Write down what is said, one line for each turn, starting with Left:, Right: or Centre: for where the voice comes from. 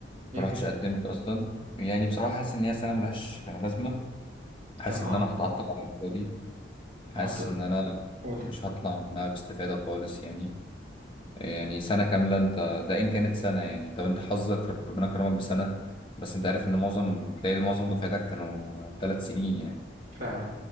Right: ليه
Left: ما
Right: كده
Left: رحتش قدمت اصلا يعني بصراحه حاسس ان هي سنه ملهاش لازمه حاسس
Right: طب ما
Left: ان
Right: هو
Left: انا هتعطل على الفاضي حاسس
Right: ما هو أنت
Left: ان انا
Right: قول
Left: مش هطلع منها باستفاده خالص يعني يعني سنه كامله انت ده ان كانت سنه يعني طب انت حظك ربنا كرمك بسنه بس انت عارف ان معظم تلاقي معظم دفعتك كانوا ثلاث سنين يعني
Right: فعلا